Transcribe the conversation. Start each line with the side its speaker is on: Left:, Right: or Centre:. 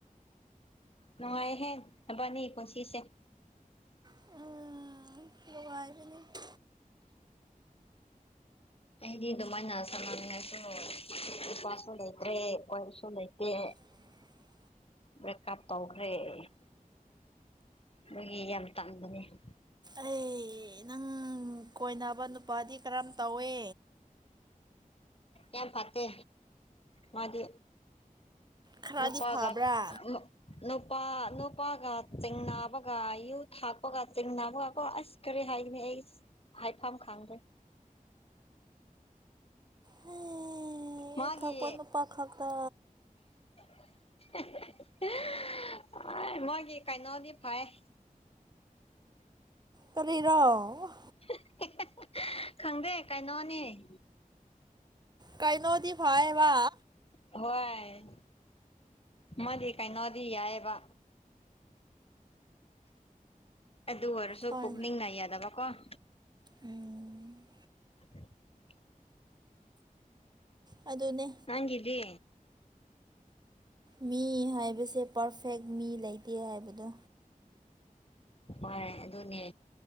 Left: ꯅꯨꯡꯉꯥꯏꯍꯦ ꯅꯕꯥꯟꯅꯤ ꯄꯨꯟꯁꯤꯁꯦ ꯫
Right: ꯎꯝ ꯅꯨꯡꯉꯥꯏꯕꯅꯤ ꯫
Left: ꯑꯩꯗꯤ ꯑꯗꯨꯃꯥꯏꯅ ꯁꯥꯟꯅꯅꯤꯡꯉꯥꯏꯁꯨ ꯅꯨꯄꯥꯁꯨ ꯂꯩꯇ꯭ꯔꯦ ꯀ‌ꯣꯏꯕꯁꯨ ꯂꯩꯇꯦ ꯫
Right: <inaudible>
Left: ꯕ꯭ꯔꯦꯛꯀꯞ ꯇꯧꯈ꯭ꯔꯦ ꯫ ꯗꯨꯒꯤ ꯌꯥꯝ ꯇꯟꯕꯅ‌ꯦ ꯫
Right: ꯑꯦ ꯅꯪ ꯀꯣꯏꯅꯕ ꯅꯨꯄꯥꯗꯤ ꯀꯔꯝ ꯇꯧꯋꯦ?
Left: ꯌꯥꯝ ꯐꯠꯇꯦ ꯃꯗꯤ꯫
Right: ꯈꯔꯗꯤ
Left: ꯅꯨꯄꯥꯒ
Right: ꯐꯕ꯭ꯔꯥ
Left: ꯑꯃꯨꯛ ꯅꯨꯄꯥ ꯅꯨꯄꯥꯒ ꯆꯤꯡꯅꯥꯕꯒ ꯌꯨꯊꯛꯄꯒ ꯆꯤꯡꯅꯥꯕꯒ ꯀ‌ꯣ ꯑꯁ ꯀꯔꯤ ꯍꯥꯏꯒꯅꯤ ꯑꯩ ꯍꯥꯏꯐꯝ ꯈꯪꯗꯦ ꯫
Right: ꯍ‌ꯦ
Left: ꯃꯥꯒꯤ
Right: ꯌꯨ ꯊꯛꯄ ꯅꯨꯄꯥ ꯈꯛꯇꯥ꯫
Left: <unintelligible> ꯃꯣꯏꯒꯤ ꯀꯥꯏꯅ‌ꯣꯗꯤ ꯐꯥꯏ ꯫
Right: ꯀꯔꯤꯔ‌ꯣ?
Left: <unintelligible> ꯈꯪꯗꯦ ꯀꯩꯅꯣꯅꯦ ꯫
Right: ꯀꯥꯏꯅꯣꯗꯤ ꯐꯩꯌꯦꯕ꯫
Left: ꯍꯣꯏ꯫ ꯃꯗꯤ ꯀꯩꯅꯣꯗꯤ ꯌꯥꯏꯌ‌ꯦꯕ꯫ ꯑꯗꯨ ꯑꯣꯏꯔꯁꯨ
Right: ꯍꯣꯏ
Left: ꯄꯨꯛꯅꯤꯡꯅ ꯌꯥꯗꯕ ꯀꯣ ꯫
Right: ꯎꯝ
Left: <inaudible>
Right: ꯑꯗꯨꯅꯦ꯫
Left: ꯅꯪꯒꯤꯗꯤ?
Right: ꯃꯤ ꯍꯥꯏꯕꯁꯦ ꯄꯔꯐꯦꯛ ꯃꯤ ꯂꯩꯇꯦ ꯍꯥꯏꯕꯗꯣ꯫
Left: ꯃꯅꯦ ꯑꯗꯨꯅꯦ